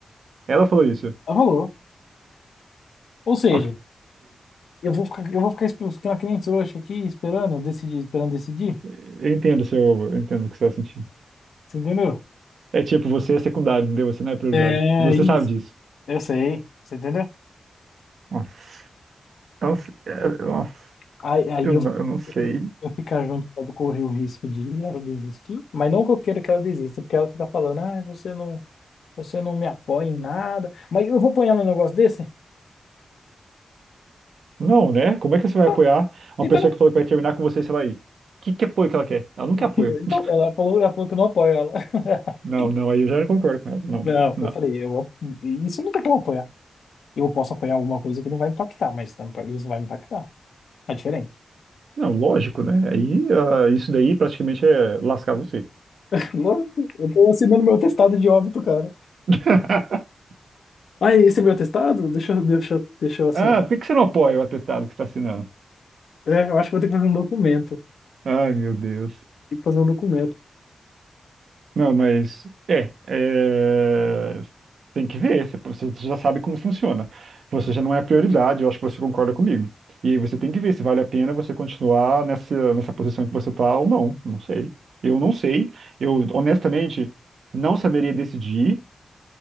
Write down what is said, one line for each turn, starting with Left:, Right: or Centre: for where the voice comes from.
Right: Ela falou isso.
Left: ela falou. Ou seja,
Right: Ok.
Left: eu vou ficar, eu vou ficar esp- ficando que nem trouxa aqui, esperando decidir, esperando decidir.
Right: Eu entendo o seu, eu entendo o que você tá sentindo.
Left: Você entendeu?
Right: É tipo, você é secundário, entendeu? Você não é prioridade.
Left: É
Right: E você
Left: isso,
Right: sabe disso.
Left: eu sei. Você entendeu?
Right: Nossa, eu não sei. é, Nossa,
Left: Aí, aí
Right: eu não,
Left: eu,
Right: eu não sei.
Left: eu fi- eu ficar junto com ela, correr o risco de ela desistir, mas não que eu queira que ela desista, porque ela fica falando, ah, você não, você não me apoia em nada, mas eu vou apoiar num negócio desse?
Right: Não, né? Como é que você vai
Left: Tá,
Right: apoiar uma
Left: Então,
Right: pessoa que falou que vai terminar com você, sei lá aí? Que, que apoio que ela quer? Ela não
Left: <laughs>
Right: quer apoio.
Left: então
Right: <laughs>
Left: ela falou, ela falou que eu não apoio ela. <laughs>
Right: Não, não, aí eu já não concordo com ela. Não,
Left: Não,
Right: não.
Left: eu falei, eu, isso não tem como apoiar. Eu posso apoiar alguma coisa que não vai impactar, mas tá- isso vai me impactar. É diferente.
Right: Não, lógico, né? Aí ah, isso daí praticamente é lascar você.
Left: <laughs> Lógico, eu tô assinando meu testado de óbito, cara.
Right: <laughs>
Left: Ah, esse é meu testado? Deixa, eu- deixa, eu- deixa eu assinar.
Right: Ah, por que que você não apoia o atestado que você está assinando?
Left: É, eu acho que vou ter que fazer um documento.
Right: Ai, meu Deus.
Left: Tem que fazer um documento.
Right: Não, mas é, é, tem que ver. Você você já sabe como funciona. Você já não é prioridade. Eu acho que você concorda comigo. E aí você tem que ver se vale a pena você continuar nessa nessa posição que você está ou não. Não sei. Eu não sei. Eu honestamente não saberia decidir.